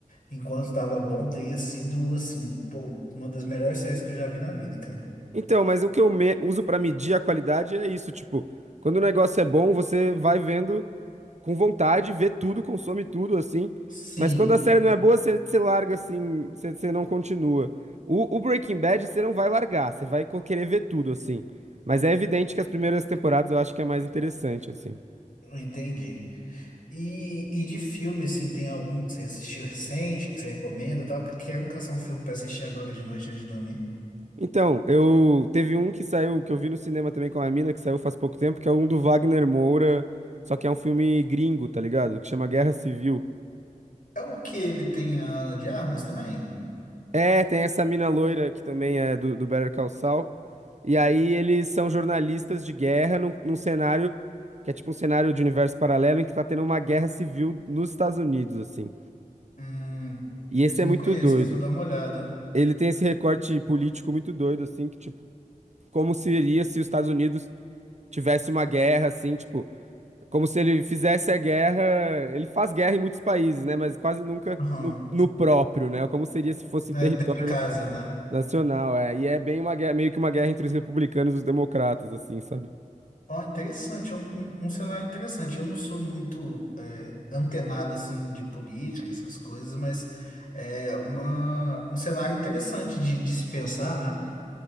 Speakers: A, on the left; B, on the right.
A: enquanto estava bom, teria sido, assim, pô, uma das melhores séries que eu já vi na vida, cara.
B: Então, mas o que eu me- uso pra medir a qualidade é isso, tipo, quando o negócio é bom, você vai vendo com vontade, vê tudo, consome tudo, assim.
A: Sim,
B: Mas quando a série não é boa, você, você larga assim, você, você não continua. O, o Breaking Bad, você não vai largar, você vai co- querer ver tudo, assim. Mas é evidente que as primeiras temporadas eu acho que é mais interessante, assim.
A: eu entendi. E, e de filme, assim, tem algum que você assistiu recente, que você recomenda? Eu tava querendo caçar um filme pra assistir agora de noite antes de dormir.
B: Então, eu teve um que saiu, que eu vi no cinema também com a mina, que saiu faz pouco tempo, que é um do Wagner Moura, só que é um filme gringo, tá ligado? Que chama Guerra Civil.
A: É o que ele tem a Ana de Armas também?
B: É, tem essa mina loira que também é do, do Better Call Saul. E aí eles são jornalistas de guerra num, num cenário que é tipo um cenário de universo paralelo em que tá tendo uma guerra civil nos Estados Unidos, assim.
A: Hum,
B: E esse
A: isso
B: é
A: eu
B: muito
A: não conheço,
B: doido.
A: mas vou dar uma olhada.
B: Ele tem esse recorte político muito doido, assim, que tipo, como seria se os Estados Unidos tivesse uma guerra, assim, tipo. Como se ele fizesse a guerra. Ele faz guerra em muitos países, né? Mas quase nunca
A: Aham.
B: no, no
A: <laughs>
B: próprio, né? Como seria se fosse
A: Né,
B: em território
A: dentro de casa, né?
B: nacional, é. E é bem uma guerra, meio que uma guerra entre os republicanos e os democratas, assim, sabe?
A: Ó, interessante, é um, um, um cenário interessante. Eu não sou muito é, antenado, assim, de política, essas coisas, mas é uma, um cenário interessante de, de se pensar, né?